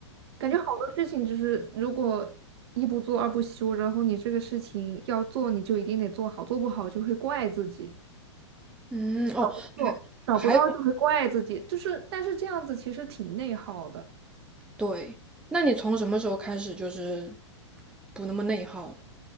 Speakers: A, on the right; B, in the centre.
A: 感觉好多事情就是如果一不做二不休，然后你这个事情要做，你就一定得做好，做不好就会怪自己，
B: 嗯，哦，
A: 找工作找不到就会怪自己，
B: 还。还
A: 就是但是这样子其实挺内耗的。
B: 对，那你从什么时候开始就是不那么内耗呢？